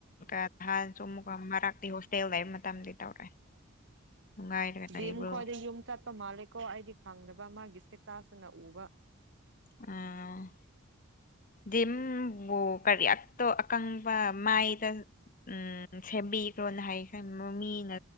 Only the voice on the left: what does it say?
ꯅꯍꯥꯟꯁꯨ ꯑꯃꯨꯛꯀ ꯃꯔꯥꯛꯇꯤ ꯍꯣꯁꯇꯦꯜꯗ ꯃꯇꯝꯗꯤ ꯇꯧꯔꯛꯑꯦ ꯅꯨꯡꯉꯥꯏꯔꯒ
ꯂꯩꯕ꯭ꯔꯣ
ꯑꯝ ꯗꯤꯝꯕꯨ ꯀꯔꯤ ꯑꯇꯣ ꯑꯀꯪꯕ ꯃꯥꯏꯗ ꯎꯝ ꯁꯦꯝꯕꯤꯈ꯭ꯔꯣꯅ ꯍꯥꯏꯌꯦꯈ꯭ꯔꯦ ꯃꯤꯅ